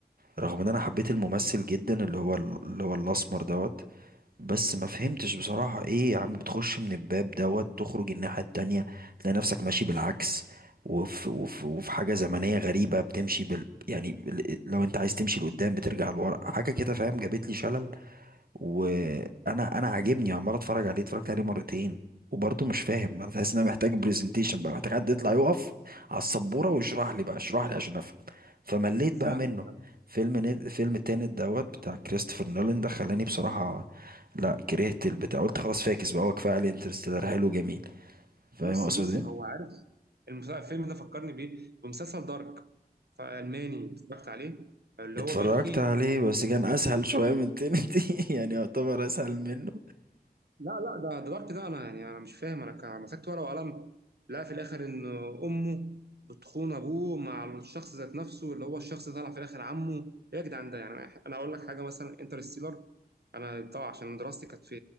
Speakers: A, on the right; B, on the right.
A: رغم ان انا حبيت الممثل جدا اللي هو ال- اللي هو الاسمر دوت بس ما فهمتش بصراحة ايه يا عم بتخش من الباب دوت تخرج الناحية التانية تلاقي نفسك ماشي بالعكس وفي, وفي, وفي حاجة زمنية غريبة بتمشي بال يعني ال- لو انت عايز تمشي لقدام بترجع لورا حاجة كده فاهم جابت لي شلل وانا انا عاجبني عمال اتفرج عليه اتفرجت عليه مرتين وبرضه مش فاهم تحس ان انا محتاج برزنتيشن بقى محتاج حد يطلع يقف على السبوره ويشرح لي بقى اشرح لي عشان افهم فمليت بقى
B: فاهمك
A: منه
B: فاهم
A: فيلم نت... فيلم التاني دوت بتاع كريستوفر نولان ده خلاني بصراحه لا كرهت البتاع قلت خلاص فاكس بقى هو كفايه عليه انترستيلر حلو جميل فاهم
B: بص
A: اقصد
B: بص
A: ايه
B: هو عارف المس- الفيلم ده فكرني بيه بمسلسل دارك فألماني اتفرجت عليه اللي
A: اتفرجت
B: هو بيحكي
A: عليه بس كان اسهل شويه من تنتي <laughs> يعني يعتبر اسهل منه
B: لا لا ده ده ضبط ده انا يعني انا مش فاهم انا كان- مسكت ورقه وقلم لا في الاخر ان امه بتخون ابوه مع الشخص ذات نفسه اللي هو الشخص ده طلع في الاخر عمه ايه يا جدعان ده يعني انا اقول لك حاجه مثلا انترستيلر انا طبعا عشان دراستي كانت في